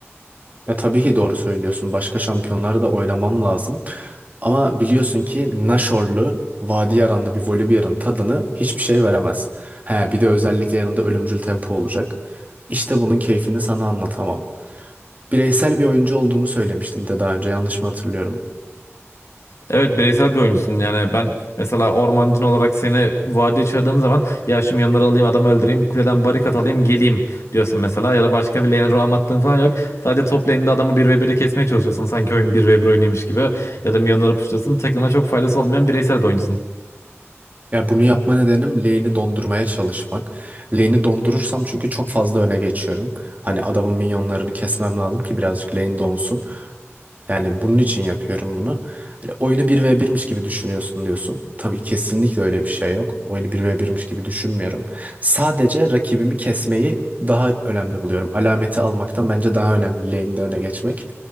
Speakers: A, on the right; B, on the left.
A: Ya tabii ki doğru söylüyorsun. Başka şampiyonlara da oynamam lazım. Ama biliyorsun ki Naşorlu, Vadi Yaranlı bir Volibear'ın tadını hiçbir şey veremez. He, bir de özellikle yanında ölümcül tempo olacak. İşte bunun keyfini sana anlatamam. Bireysel bir oyuncu olduğumu söylemiştim de daha önce yanlış mı hatırlıyorum?
B: Evet bireysel bir oyuncusun yani ben mesela ormancın olarak seni vadiye çağırdığım zaman ya şu yanları alayım adamı öldüreyim kuleden barikat alayım geleyim diyorsun mesela ya da başka bir lane'e roam attığın falan yok sadece top lane'de adamı bir ve 1e kesmeye çalışıyorsun sanki oyun bir ve bir oyunuymuş gibi ya da minyonları puşluyorsun takıma çok faydası olmayan bireysel bir oyuncusun.
A: Ya bunu yapma nedenim lane'i dondurmaya çalışmak. Lane'i dondurursam çünkü çok fazla öne geçiyorum. Hani adamın minyonlarını kesmem lazım ki birazcık lane donsun. Yani bunun için yapıyorum bunu. Hani oyunu bir ve birmiş gibi düşünüyorsun diyorsun. Tabii kesinlikle öyle bir şey yok. Oyunu bir ve birmiş gibi düşünmüyorum. Sadece rakibimi kesmeyi daha önemli buluyorum. Alameti almaktan bence daha önemli lane'de öne geçmek.